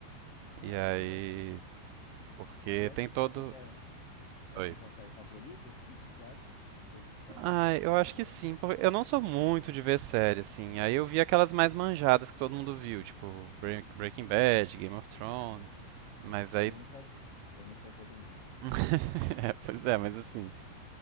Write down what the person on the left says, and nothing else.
Ai,
que legal.
E essa
você acha que é essa
é a sua série favorita, assim? Você acha? De todos os tempos?
Eu nunca vi. Eu não sou todo mundo.